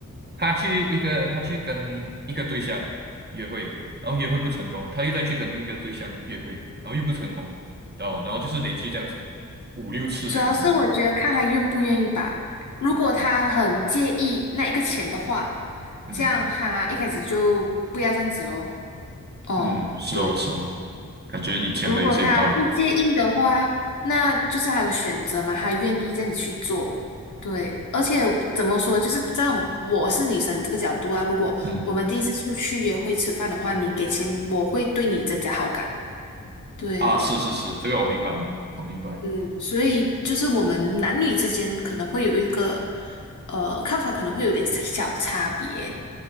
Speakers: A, on the right; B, on the left.
A: 他去一个他去跟一个对象约会，然后约会不成功，他又再去跟另一个对象约会，然后又不成功，你知道吗？然后就是连续这样子五六次这样子。
B: 主要是我觉得看他愿不愿意吧，如果他很介意那一个钱的话，
A: 嗯嗯，
B: 这样他一开始就不要这样子哦。哦，
A: 嗯是哦是哦，
B: 对。
A: 感觉你讲的也是有道理。
B: 如果他不介意的话，那就是他的选择嘛，他愿意这样子去做。对，而且怎么说，就是在我是女生这个角度啊，如果我们第一次出去约会吃饭的话，
A: 嗯。
B: 你给钱，我会对你增加好感。对，
A: 啊，是是是，这个我明白了，我明白
B: 嗯，所以就是我们男女之间可能会有一个呃看法，可能会有点小差别。